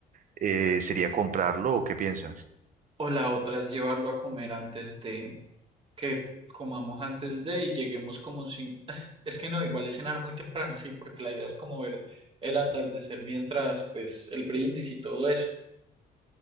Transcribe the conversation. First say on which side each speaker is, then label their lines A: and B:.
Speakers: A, on the right; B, on the right.
A: Eh, ¿sería comprarlo o qué piensas?
B: o la otra es llevarlo a comer antes de, que comamos antes de y lleguemos como sin... <laughs> Es que no, igual es cenar muy temprano, sí, porque la idea es como ver el atardecer mientras, pues, el brindis y todo eso.